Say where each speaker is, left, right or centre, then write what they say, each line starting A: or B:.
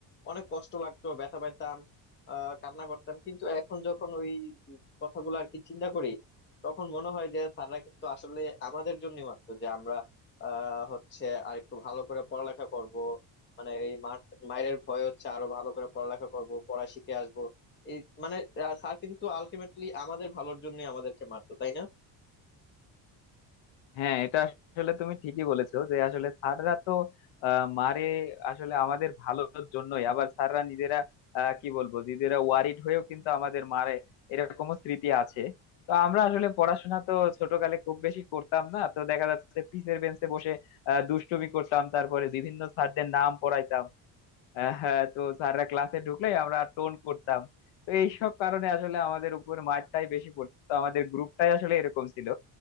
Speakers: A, on the left (about 25°); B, on the left (about 75°).
A: অনেক কষ্ট লাগতো ব্যথা পাইতাম আহ, কান্না করতাম কিন্তু এখন যখন ওই কথাগুলো আর কি চিন্তা করি তখন মনে হয় যে স্যাররা কিন্তু আসলে আমাদের জন্য মারতো যে আমরা আহ হচ্ছে আর একটু ভালো করে পড়ালেখা করব মানে এই মার মায়ের ভয় হচ্ছে আরো ভালো করে পড়ালেখা করব পড়া শিখে আসবো এই মানে আহ, স্যার কিন্তু আলটিমেটলি আমাদের ভালোর জন্য আমাদেরকে মারতো তাই না
B: হ্যাঁ এটা আসলে তুমি ঠিকই বলেছো যে আসলে স্যাররা তো আহ, মারে আসলে আমাদের ভালোর জন্যই আবার স্যাররা নিজেরা আহ, কি বলবো নিজেরা ওয়ারিড হয়েও কিন্তু আমাদের মারে এরকমও স্মৃতি আছে তো আমরা আসলে পড়াশোনা তো ছোটকালে খুব বেশি করতাম না তো দেখা যাচ্ছে পিসের বেঞ্চে বসে আহ, দুষ্টুমি করতাম তারপরে বিভিন্ন স্যারদের নাম পড়াইতাম আহ, হ্যাঁ, তো স্যাররা ক্লাসে ঢুকলে আমরা টোন করতাম তো এইসব কারণে আসলে আমাদের উপর মারটাই বেশি পড়তো আমাদের গ্রুপটাই আসলে এরকম ছিল